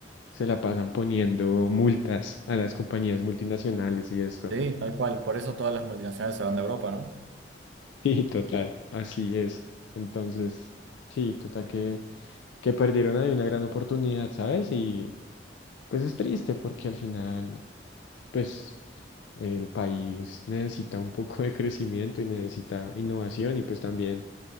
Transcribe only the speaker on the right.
Sí, tal cual. Por eso todas las multinacionales se van de Europa, ¿no?